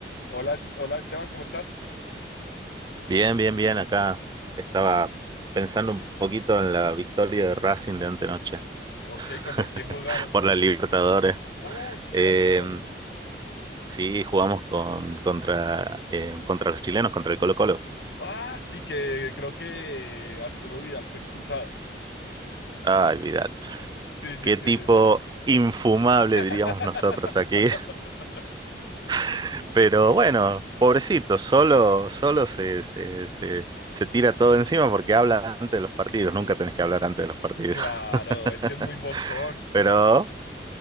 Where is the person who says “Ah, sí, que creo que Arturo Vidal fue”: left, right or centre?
Left